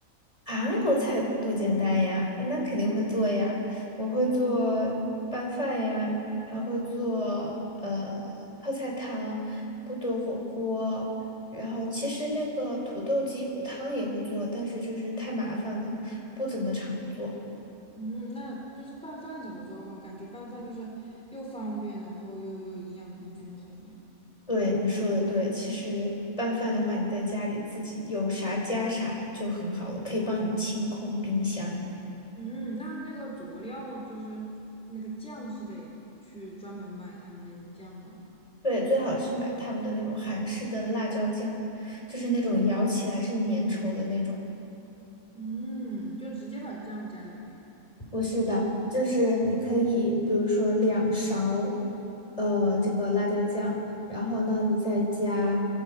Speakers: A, on the left; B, in the centre.
A: 韩国菜多简单呀，那肯定会做呀。我会做拌饭呀，还会做呃泡菜汤、部队火锅。然后其实那个土豆鸡骨汤也会做，但是就是太麻烦了，不怎么常做。
B: 嗯，那就是拌饭怎么做？感感觉拌饭就是又方便，然后又又营养很均衡一样。
A: 对，你说的对，其实拌饭的话，你在家里自己有啥加啥就很好了，可以帮你清空冰箱。
B: 嗯，那那个佐料就是那个酱是得去专门买他们那种酱吗？
A: 对，最好是买他们的那种韩式的辣椒酱，就是那种咬起来是粘稠的那种。
B: 嗯，就直接把酱加在里面。
A: 不是的，就是你可以，比如说两勺，呃，这个辣椒酱，然后呢，你再加，